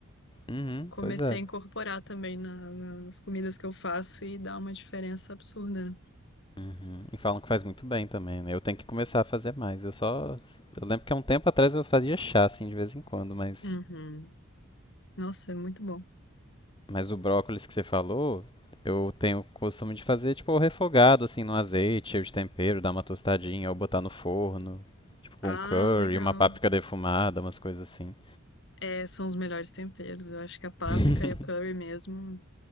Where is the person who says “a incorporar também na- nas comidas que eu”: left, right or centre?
Left